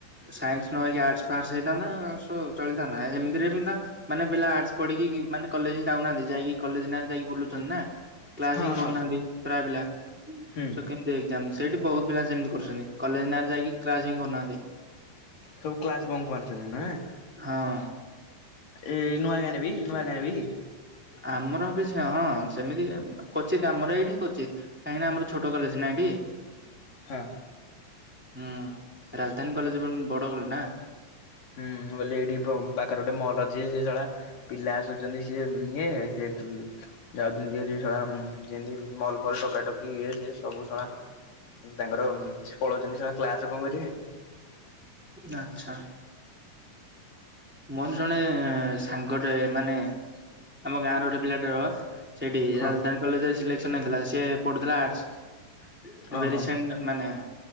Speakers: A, in the centre; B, on the left (about 80°).
A: ସାଇନ୍ସ ନ ହେଇକି ଆର୍ଟସ ଫାର୍ସ ହେଇଥାନ୍ତା ସୋ ଚଳିଥାନ୍ତା। ହେମିତିରେ ବିନ୍ଦା ମାନେ ପିଲା ଆର୍ଟସ ପଢ଼ିକି କି ମାନେ କଲେଜ୍ ହିଁ ଯାଉନାହାନ୍ତି। ଜାଇକି କଲେଜ୍ ନାଁ ଯାଇକି ବୁଲୁଛନ୍ତି ନା କ୍ଲାସ୍
B: ହଁ
A: ହିଁ
B: ହଁ
A: କରୁନାହାନ୍ତି, ପ୍ରାୟ ପିଲା
B: ହୁଁ
A: ସ କିନ୍ତୁ ଏକ୍ସାମ ସେଇଠି ବହୁତ୍ ପିଲା ସେମିତି କରୁଛନ୍ତି। କଲେଜ୍ ନାଁ ରେ ଯାଇକି କ୍ଲାସ୍ ହିଁ କରୁନାହାନ୍ତି।
B: ସବୁ କ୍ଲାସ୍ ବଙ୍କ ମାରୁଛନ୍ତି ନୁହେଁ।
A: ହଁ
B: ଏଇ ନୂଆଗାଁ ରେ ବି ନୂଆଗାଁ ରେ ବି
A: ଆମର ବି ସେ ହଁ ସେମିତି କୋଚି କାମରେ ଏଇଠି କୋଚି। କାହିଁକି ନା ଆମର ଛୋଟ କଲେଜ୍ ନାଁ ହେଟି।
B: ହଁ
A: ହୁଁ ରାଜଧାନୀ କଲେଜ୍ ଏବଂ ବଡ଼ କରେ ନା
B: ହୁଁଁ ବୋଲି ଏଇଠି ପ ପାଖରେ ଗୋଟେ ମଲ୍ ଅଛି। ସେ ଶଳା ପିଲା ଆ ଦଉଚନ୍ତି ସିଏ ଇଏ ସେଠୁ ଯାଉଛନ୍ତି ହେଟି ଏମ୍ ଯେମିତି ମଲ୍ ଫଲ୍ ଟକାଟକି ଇଏ ସେ ସବୁ ଶଳା ତାଙ୍କର ସେ ପଳଉଛନ୍ତି ଶଳା କ୍ଲାସ୍ କଣ କରିବେ।
A: ନାଚ୍ଛା ମୋର ଜଣେ ସାଙ୍ଗଟେ ମାନେ ଆମ ଗାଁ ର ଗୋଟେ ପିଲା ହବ। ସେଠି
B: ହଁ
A: ରାଜଧାନୀ କଲେଜ୍ ରେ ସିଲେକ୍ସନ ହେଇଥିଲା। ସିଏ ପଢୁଥିଲା ଆର୍ଟସ ଏବେ
B: ଓହୋ
A: ରିସେଣ୍ଟ ମାନେ